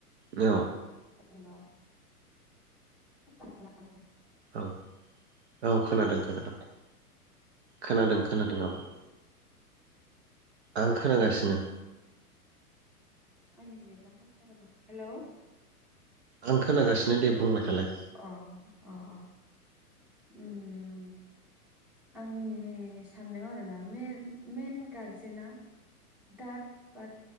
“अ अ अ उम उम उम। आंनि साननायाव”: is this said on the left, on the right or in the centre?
Centre